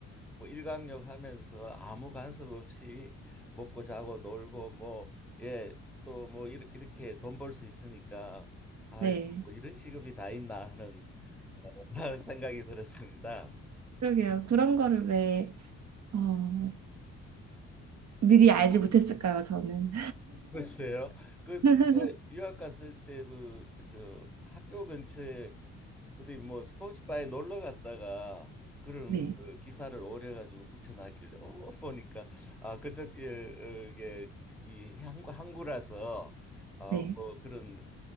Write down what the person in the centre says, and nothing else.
뭐 일광욕 하면서 아무 간섭 없이 먹고 자고 놀고 뭐 예 또 뭐 이렇게 돈 벌 수 있으니까 아이고
뭐 이런 직업이 다 있나 하는 <laughs> 생각이 들었습니다.
글쎄요. 그
유학 갔을 때 그 저 학교 근처에 어디 뭐 스포츠바에 놀러 갔다가 그런
그 기사를 오려 가지고 붙여놨길래 어 보니까 아 그쪽 지역에 이 항구 항구라서 어뭐
그런